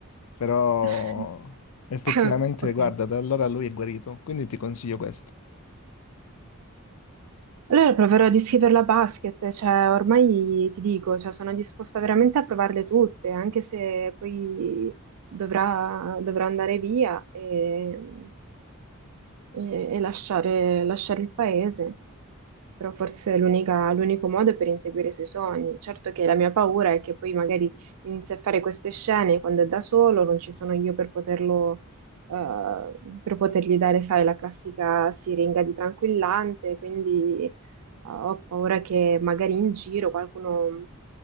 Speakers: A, on the left; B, on the right.
A: però
B: <laughs>
A: effettivamente,
B: Ok.
A: guarda, da allora lui è guarito, quindi ti consiglio questo.
B: Allora proverò a descriverla a basket, cioè ormai ti dico, cioè, sono disposta veramente a provarle tutte, anche se poi dovrà, dovrà andare via. E e, e lasciare, lasciare il paese, però forse è l'unica- l'unico modo per inseguire i suoi sogni. Certo che la mia paura è che poi magari inizi a fare queste scene quando è da solo, non ci sono io per poterlo, eh, per potergli dare, sai, la classica siringa di tranquillante, quindi eh, ho paura che magari in giro qualcuno...